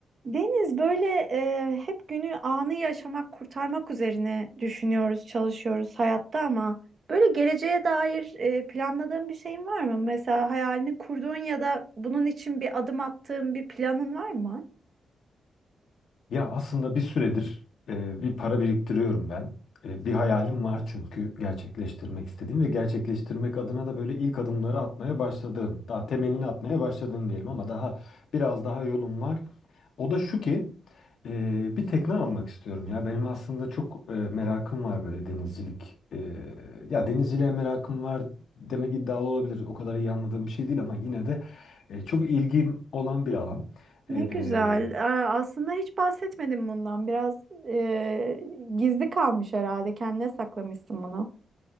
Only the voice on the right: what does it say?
Deniz böyle e, hep günü anı yaşamak, kurtarmak üzerine düşünüyoruz, çalışıyoruz hayatta ama böyle geleceğe dair e, planladığın bir şeyin var mı? Mesela hayalini kurduğun ya da bunun için bir adım attığın bir planın var mı?
Ne
güzel. Aa, Aslında hiç bahsetmedim bundan. Biraz e, gizli kalmış herhalde. Kendine saklamışsın bunu.